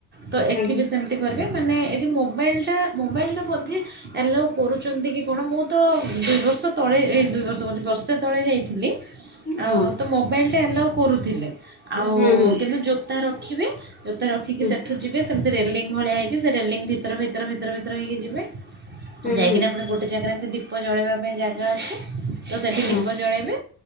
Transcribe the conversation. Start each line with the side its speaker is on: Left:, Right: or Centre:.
Right: ତ ଏଠି
Left: ଆଜ୍ଞା
Right: ବି ସେମ କରିବେ ମାନେ ଏଠି ମୋବାଇଲଟା ମୋବାଇଲଟା ବୋଧେ ଆଲାଓ କରୁଛନ୍ତି କି କଣ ମୁଁ ତ ଦୁଇ ବର୍ଷ ତଳେ ଏ ଦୁଇ ବର୍ଷ କୋହୁଚି ବର୍ଷେ ତଳେ ଯାଇଥିଲି। ଆଉ
Left: ହଁ
Right: ତ ମୋବାଇଲ ଟା ଆଲାଉ କରୁଥିଲେ ଆଉ
Left: ହୁଁ ହୁଁ
Right: କିନ୍ତୁ ଜୋତା ରଖିବେ ଜୋତା ରଖିକି
Left: ହୁଁ
Right: ସେଠୁ ଯିବେ ସେମିତି ରେଲିଙ୍ଗଂ ଭଳିଆ ହେଇଛି ସେ ରେଲିଙ୍ଗ ଭିତର ଭିତର ଭିତର ଭିତର ହେଇକି ଯିବେ।
Left: ହୁଁ
Right: ଯାଇକିନା
Left: ହୁଁ
Right: ଆପଣ ଗୋଟେ ଜାଗାରେ ଏମିତି ଦୀପ ଜଳେଇବା ପାଇଁ ଜାଗା ଅଛି। ତ ସେଠି
Left: ହଁ
Right: ଦୀପ ଜଳାଇବେ